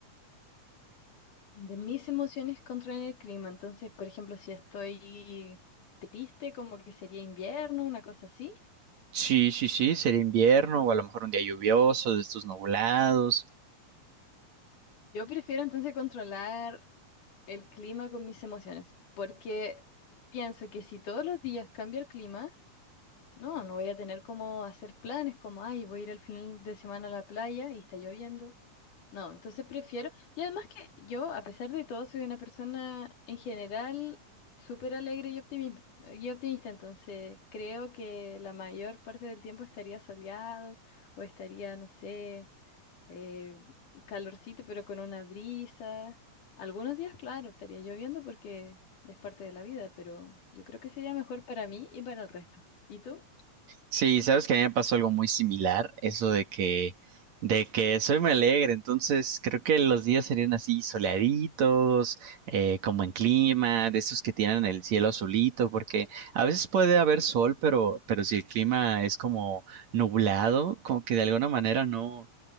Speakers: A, on the left; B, on the right.
A: De mis emociones controlan el clima, entonces, por ejemplo, si estoy triste, como que sería invierno, una cosa así.
B: Sí, sí, sí, sería invierno o a lo mejor un día lluvioso, de estos nublados.
A: Yo prefiero entonces controlar el clima con mis emociones, porque pienso que si todos los días cambia el clima, no, no voy a tener como hacer planes como, ay, voy a ir al final de semana a la playa y está lloviendo. No, entonces prefiero, y además que yo, a pesar de todo, soy una persona en general súper alegre y optimista, y optimista, entonces creo que la mayor parte del tiempo estaría soleado o estaría, no sé eh, calorcito, pero con una brisa. Algunos días, claro, estaría lloviendo porque es parte de la vida, pero yo creo que sería mejor para mí y para el resto. ¿Y tú?
B: Sí, sabes que a mí me pasó algo muy similar, eso de que, de que soy muy alegre, entonces creo que los días serían así soleaditos, eh, como en clima, de esos que tienen el cielo azulito, porque a veces puede haber sol, pero, pero si el clima es como nublado, como que de alguna manera no,